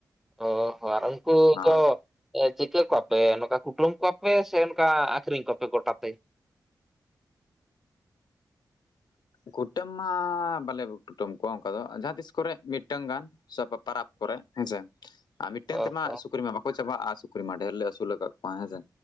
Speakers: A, in the centre; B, on the left.
A: ᱚ-ᱦᱚ ᱟᱨ ᱩᱱᱠᱩ
B: ᱦᱳᱭ
A: ᱫᱚᱼᱼ ᱪᱤᱠᱟᱹ ᱠᱚᱣᱟᱯᱮ ᱱᱚᱠᱟ ᱠᱩᱴᱟᱹᱢ ᱠᱚᱣᱟ ᱯᱮ ᱥᱮ ᱱᱚᱠᱟ ᱟᱠᱷᱨᱤᱧ ᱠᱚᱣᱟ ᱯᱮ ᱜᱚᱴᱟᱛᱮ?
B: ᱠᱩᱴᱟᱹᱢ ᱢᱟᱸᱻ ᱵᱟᱞᱮ ᱠᱩᱴᱟᱹᱢ ᱠᱚᱣᱟ ᱚᱱᱠᱟ ᱫᱚ ᱡᱟᱦᱟᱸᱛᱤᱥ ᱠᱚᱨᱮ ᱢᱤᱫᱴᱟᱝ ᱜᱟᱱ, <unintelligible> ᱯᱟᱨᱟᱵᱽ ᱠᱚᱨᱮ ᱦᱮᱸᱥᱮ? ᱟᱸ ᱢᱤᱫᱴᱟᱹᱝ
A: ᱚ
B: ᱛᱮᱢᱟ
A: ᱦᱚᱸ
B: ᱥᱩᱠᱨᱤ ᱢᱟ ᱵᱟᱠᱚ ᱪᱟᱵᱟᱜ-ᱟ ᱥᱩᱠᱨᱤ ᱢᱟ ᱰᱷᱮᱨ ᱞᱮ ᱟᱹᱥᱩᱞ ᱟᱠᱟᱫ ᱠᱚᱣᱟ ᱦᱮᱸ ᱥᱮ᱾